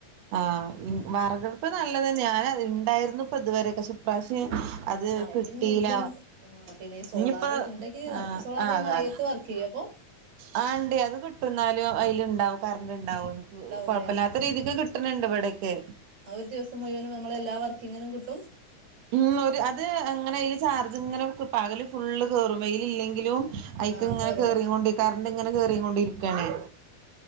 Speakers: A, on the right (about 60°); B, on the right (about 80°).
A: ആഹ് ഇൻ വറകടുപ്പ് നല്ലതന്നെയാ ഞാൻ അതില് ഇണ്ടായിരുന്നു ഇപ്പൊ ഇതുവരെക്കെ പക്ഷെ ഇപ്രാശ്യം ഞാൻ അത്
B: ആഹ്
A: കിട്ടീല
B: പിന്നെ ഇത് ആഹ് പിന്നെ ഈ സോളാർ
A: ഇഞ്ഞിപ്പോ
B: ഉണ്ടെങ്കി നടക്കും
A: ആഹ്
B: സോളാർ
A: ആകാ
B: ഈ മഴയത്ത് വർക്ക് ചെയ്യും അപ്പൊ
A: ആഹ് ഇണ്ടെ അത് കിട്ടും ഇന്നാലും അയില് ഇണ്ടാവും കറന്റ്ണ്ടാവും <unintelligible>
B: ഉണ്ടാവൂലേ
A: കൊഴപ്പല്ലാത്ത രീതിക്ക് കിട്ടണണ്ട് ഇവിടെക്കെ
B: അത് ഒരു ദിവസം മുഴുവനും നമ്മളെ എല്ലാ വർക്കിങ്ങിനും കിട്ടും
A: ഉം ഒരു അത് അങ്ങനെ അയില് ചാർജ് ഇങ്ങനെ നിക്കും പകല് ഫുള്ള് കേറും വെയില് ഇല്ലെങ്കിലും അയിക്ക്ങ്ങനെ
B: ആഹ് കേറോ
A: കേറീങ്ങോണ്ട് കറണ്ട്ങ്ങെനെ കേറീങ്ങോണ്ടിരിക്കാണെ